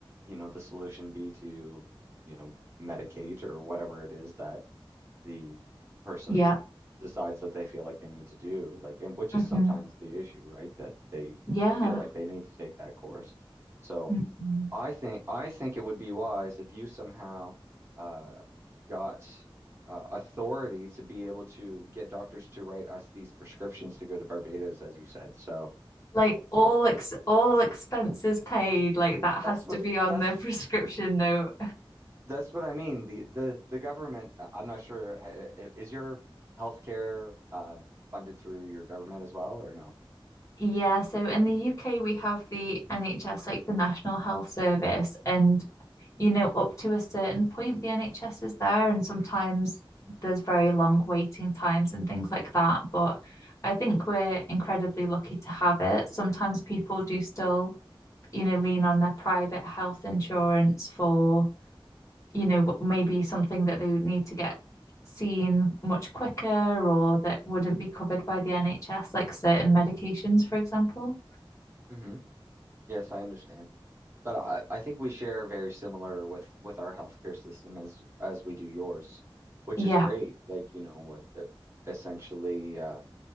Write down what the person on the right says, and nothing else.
you know, the solution be to, you know, medicate or whatever it is that the person
decides that they feel like they need to do, like, and which
is sometimes the issue, right? That they
feel like they need to take that course. So
I think I think it would be wise if you somehow uh, got uh, authority to be able to get doctors to write us these prescriptions to go to Barbados, as you said. So
that's what
that's
that's what I mean. The the the government. I'm not sure. h- Is your healthcare um funded through your government as well, or no?
hmm Yes, I understand. But I, I think we share very similar with with our healthcare system as as we do yours, which
is great. Like, you know, what that essentially uh